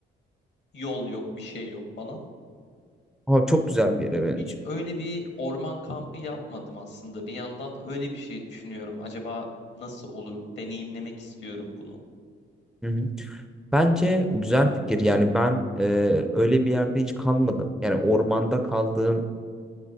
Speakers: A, on the left; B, in the centre.
A: Yol yok bir şey yok falan.
B: Abi çok güzel bir yere benziyor.
A: Hiç öyle bir orman kampı yapmadım aslında. Bir yandan öyle bir şey düşünüyorum. Acaba nasıl olur? Deneyimlemek istiyorum bunu.
B: Hı hı. Bence güzel fikir. Yani ben e, öyle bir yerde hiç kalmadım. Yani ormanda kaldığım